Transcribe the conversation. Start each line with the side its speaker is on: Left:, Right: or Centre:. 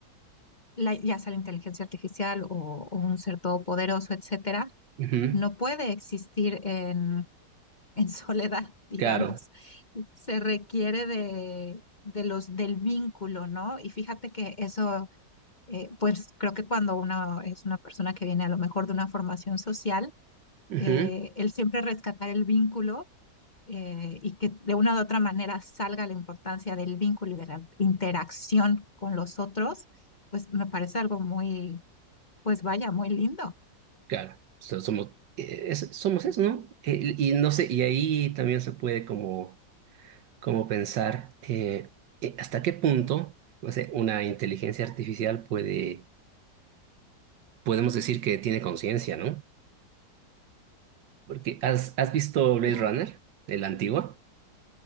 Left: la- ya sea la inteligencia artificial o, o un ser todopoderoso, etcétera,
Right: Ujú,
Left: no puede existir en, en <laughs> soledad, digamos.
Right: Claro,
Left: Se requiere de, de los, del vínculo, ¿no? Y fíjate que eso, eh, pues creo que cuando uno es una persona que viene a lo mejor de una formación social,
Right: ujú,
Left: eh, el siempre rescatar el vínculo eh, y que de una u otra manera salga la importancia del vínculo y de la interacción con los otros, pues me parece algo muy, pues vaya, muy lindo.
Right: claro. So- somos, eh, es- somos eso, ¿no? Eh, y no sé, y ahí también se puede como, como pensar eh, eh, hasta qué punto, no sé, una inteligencia artificial puede, podemos decir que tiene conciencia, ¿no? Porque ¿has, has visto Blade
Left: Claro.
Right: Runner, el antigua?